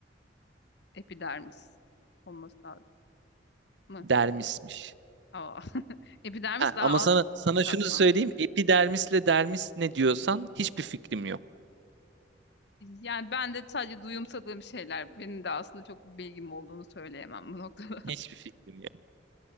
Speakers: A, on the left; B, on the right.
A: Epidermis olması lazım mı?
B: Dermismiş.
A: Aa. <laughs> Epidermis
B: Ha,
A: daha
B: ama sana
A: alt
B: sana şunu
A: katman.
B: söyleyeyim. Epidermisle dermis ne diyorsan hiçbir fikrim yok.
A: Yani ben de sadece duyumsadığım şeyler. Benim de aslında çok bir bilgim olduğunu söyleyemem bu noktada.
B: Hiçbir
A: <laughs>
B: fikrim yok.